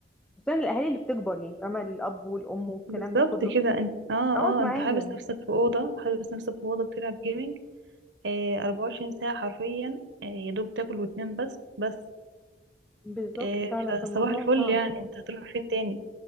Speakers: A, in the centre; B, on the right.
A: خصوصا الاهالي اللي بتكبر يعني فاهمه الاب والام والكلام
B: بالظبط
A: ده كله
B: كده انت اه
A: اقعد
B: اه
A: معاهم
B: انت حابس نفسك في اوضه حابس نفسك في اوضه بتلعب جيمنج آه 24 ساعه حرفيا آه يا دوب تاكل وتنام بس بس
A: بالظبط
B: آه
A: فعلا
B: فصباح
A: في الموضوع
B: الفل
A: صعب
B: يعني انت هتروح فين تاني